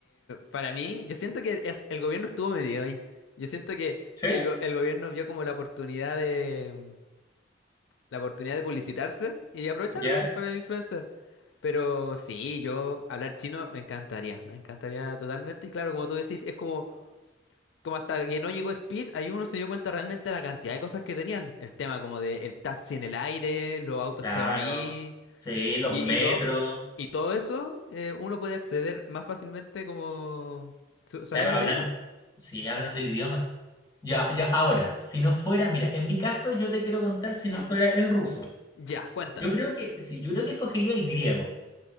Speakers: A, on the left; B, on the left.
A: para mí, yo siento que el el gobierno estuvo medio ahí. Yo siento que
B: Sí,
A: el, go- el gobierno vio como la oportunidad de la oportunidad de publicitarse y aprovecharon
B: ya.
A: con el influencer. Pero sí, yo hablar chino me encantaría, me encantaría totalmente. Y claro, como tú decís, es como, como hasta que no llegó Speed, ahí uno se dio cuenta realmente de la cantidad de cosas que tenían. El tema como de el taxi en el aire, los autos
B: Claro.
A: Xiaomi.
B: Sí, los
A: Y,
B: metros.
A: y todo, y todo eso eh, uno puede acceder más fácilmente como su- sabiendo
B: Claro, hablan.
A: el idioma.
B: Sí, hablan del idioma. Ya, ya, ahora, si no fuera, mira, en mi caso yo te quiero contar si no fuera el ruso.
A: Ya, cuéntame.
B: Yo creo que, sí, yo creo que escogería el griego.